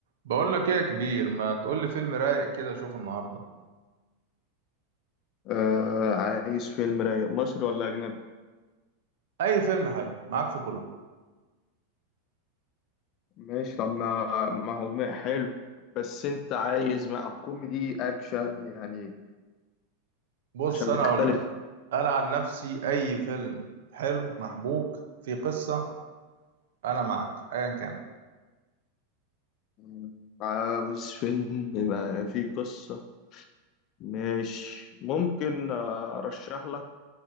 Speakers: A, on the right (about 65°); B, on the left (about 45°).
A: بقول لك ايه يا كبير ما تقول لي فيلم رايق كده اشوفه النهارده
B: آه عايز فيلم رايق مصري ولا أجنبي؟
A: اي فيلم حلو معاك في كله
B: ماشي طب ما ما هو ما- حلو بس أنت عايز مع كوميدي أكشن يعني
A: بص
B: عشان
A: انا
B: بتختلف
A: اقول لك انا عن نفسي اي فيلم حلو محبوك في قصه انا معاك ايا كان
B: مم. عاوز فيلم ما فيه قصة ماشي ممكن آه، أرشح لك